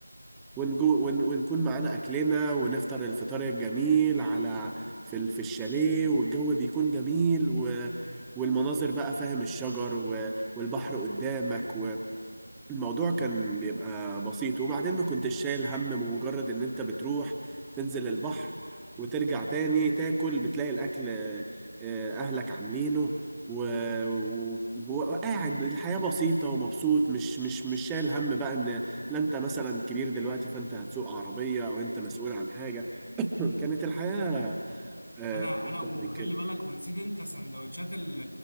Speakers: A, in the centre; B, on the left.
A: ونجو ون... ونكون معانا اكلنا ونفطر الفطار الجميل على في ال... في الشاليه والجو بيكون جميل و... والمناظر بقى فاهم الشجر و... والبحر قدامك و... الموضوع كان بيبقى بسيط وبعدين ما كنتش شايل هم مجرد ان انت بتروح تنزل البحر وترجع تاني تاكل بتلاقي الاكل آه، اهلك عاملينه و... و... وقاعد الحياة بسيطة ومبسوط مش مش مش شايل هم بقى ان لا انت مثلا كبير دلوقتي فانت هتسوق عربية او انت مسؤول عن حاجة <laughs> كانت الحياة
B: انا
A: أبسط
B: انا وخلي
A: من كده
B: بالك ونسيت انت سندوتشات ال